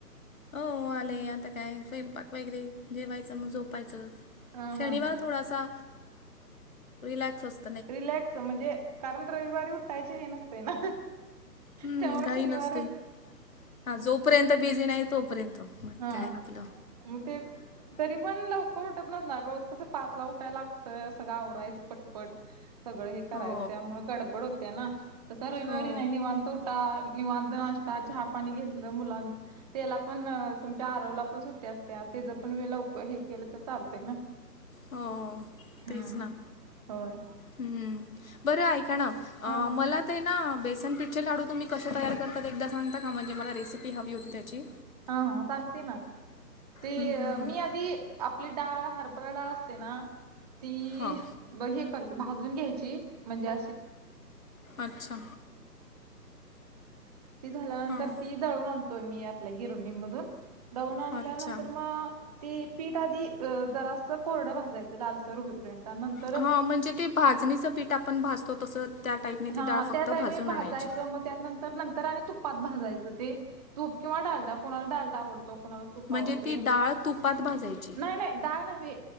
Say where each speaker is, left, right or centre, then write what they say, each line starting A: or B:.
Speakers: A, on the left; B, on the right.
A: हो आले आता काय स्वयंपाक वगैरे जेवायचं मग झोपायचं.
B: हा
A: शनिवार
B: हा हा.
A: थोडासा रॅक्स असतो.
B: रिलॅक्स म्हणजे कारण रविवारी उठायचे हे नसते ना.
A: हम्म
B: त्याव्हा
A: घाई
B: शनिवार
A: नसते
B: रे
A: हा जोपर्यंत बिझी नाही तोपर्यंत मग
B: हा
A: काय आपलं.
B: मग ते तरी पण लवकर ना रोज कसं पाातला उठायला लागतं असग गा आवरायच पटपट. सगळं हे करायचं
A: हो
B: त्यामु गडबड होते ना तसा रविवारी
A: हो
B: नाही निवण तोटा निवध असताात चहा पाणी घेतलं मुलां त्याला पण तुमच्या आरवलापसून अस ते ज पण मला उप हे केलं तर चालते ना.
A: हो
B: हम्म
A: तेच ना
B: होय
A: हम् बरं ऐका ना. अ
B: हा
A: मला ते ना बेसन पिठचे लाडू तुम्ही? कश तयार करतात एकदा सांगता का म्हणजे मला रेसिपी हवी होती त्याची
B: हा ह सांगते ना ते
A: हम्म, हम्म, हम्म.
B: मी आधी आपली डाळ हरभरा डाळ असते ना ती
A: हो
B: ब हे करते भाजून घ्यायची म्हणजे
A: अच्छा
B: होईर् झाल्यानंत
A: हां
B: दळून आणतोय मी आपल्या गिरणी मधून दळून आणल्यानंतर
A: अच्छा
B: मग तेी पीठ आधी जरासं कोरडं भाजायचं लालसर होईपर्यंत नंतर
A: हा म्हणजे ते भाजणीचं पीठ आपण भाजतो तसं. त्या टाईपने
B: हा
A: ती डाळ फक्त
B: त्या टाइम
A: भाजून
B: भाजायचं
A: आणायची
B: मग त्यानंतर तर नंतर आणि तुपात भाजायचं ते तूप किंवा डालडा कोणाला डाडा आवडतो कोणाला? तूपावरते
A: म्हणजे ती डाळ तुपात भाजायची
B: नाही नाही दाान हवी.